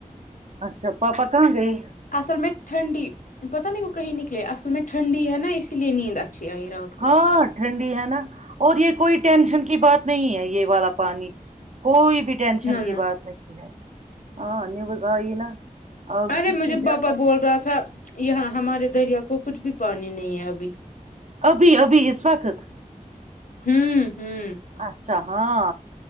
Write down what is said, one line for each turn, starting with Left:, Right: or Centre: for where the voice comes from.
Right: اچھا پاپا کہاں گئے
Left: اصل میں ٹھنڈی پتتا نہیں وہ کہیں نکلے اصل میں ٹھنڈی ہے نا اسی لیے نیند اچھی آئی رات کو
Right: ہاں ٹھنڈی ہے نا اور یہ کوئی ٹینشن کی بات نہیں ہے یہ والا پانی کوئی بھی ٹینشن
Left: نہ
Right: کی
Left: نہ
Right: بات نہیں ہے ہاں نیوز آئی نا اب
Left: ارے
Right: کسی
Left: مجھے
Right: جگہ
Left: پاپا بول رہا تھا یہاں ہمارے دریا کو کچھ بھی پانی نہیں ہے ابھی
Right: ابھی ابھی اس وقت
Left: امم امم
Right: اچھا ہاں